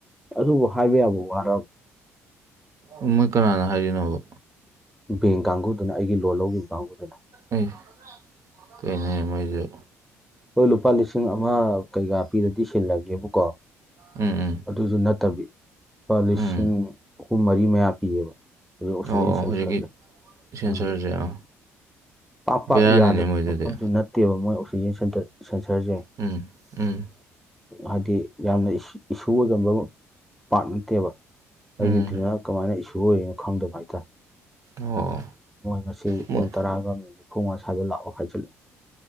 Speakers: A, in the centre; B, on the right.
A: ꯑꯗꯨꯕꯨ ꯍꯥꯏꯕ ꯌꯥꯕ ꯋꯥꯔꯕ
B: ꯎꯝ ꯃꯣꯏ ꯀꯅꯥꯅ ꯍꯥꯏꯔꯤꯅꯣꯕ
A: ꯕꯦꯡ ꯀꯥꯡꯒꯨꯗꯨꯅ ꯑꯩꯒꯤ ꯂꯣꯟ ꯂꯧꯒꯤꯕ ꯀꯥꯡꯒꯨꯗꯨꯅ
B: ꯑꯩ ꯀꯩꯅꯣꯅꯦ ꯃꯣꯏꯖꯨ
A: ꯑꯈꯣꯏ ꯂꯨꯄꯥ ꯂꯤꯁꯤꯡ ꯑꯃ ꯀꯩꯀꯥ ꯄꯤꯔꯗꯤ ꯁꯤꯜꯂꯒꯦꯕꯨꯀꯣ
B: ꯎꯝ ꯎꯝ
A: ꯑꯗꯨꯖꯨ ꯅꯠꯇꯕꯤ ꯂꯨꯄꯥ ꯂꯤꯁꯤꯡ
B: ꯎꯝ
A: ꯑꯍꯨꯝ ꯃꯔꯤ ꯃꯌꯥ ꯄꯤꯌꯦꯕ ꯍꯧꯖꯤꯛ ꯑꯣꯛꯁꯤꯖꯦꯟ
B: ꯑꯣ
A: ꯁꯦꯟꯁꯔꯖꯦ
B: ꯍꯧꯖꯤꯛꯀꯤ ꯁꯦꯟꯁꯔꯁꯦ
A: ꯎꯝ
B: ꯑꯥ
A: ꯄꯥꯛ ꯄꯥꯛ
B: ꯕꯦꯔꯥꯅꯤꯅꯦ
A: ꯌꯥꯗꯕ
B: ꯃꯣꯏꯗꯨꯗꯤ
A: ꯃꯐꯝꯖꯨ ꯅꯠꯇꯦꯕ ꯃꯣꯏ ꯑꯣꯛꯁꯤꯖꯦꯟ ꯁꯦꯟꯇꯔ ꯁꯦꯟꯁꯔꯖꯦ
B: ꯎꯝ ꯎꯝ
A: ꯍꯥꯏꯗꯤ ꯌꯥꯝꯅ ꯏꯁ ꯏꯁꯨ ꯑꯣꯏꯒꯝꯕ ꯄꯥꯠ ꯅꯠꯇꯦꯕ
B: ꯎꯝ
A: ꯑꯩꯒꯤꯗꯨꯅ ꯀꯃꯥꯏꯅ ꯏꯁꯨ ꯑꯣꯏꯔꯤꯅꯣ ꯈꯪꯗꯕ ꯍꯥꯏꯇꯥꯔꯦ
B: ꯑꯣ
A: ꯃꯣꯏ ꯉꯁꯤ
B: ꯃꯣꯏ
A: ꯄꯨꯡ ꯇꯔꯥꯒ ꯃꯤꯅꯤꯠ ꯅꯤꯐꯨꯝꯉꯥ ꯁꯥꯏꯗ ꯂꯥꯛꯑꯣ ꯍꯥꯏꯖꯤꯜꯂꯦ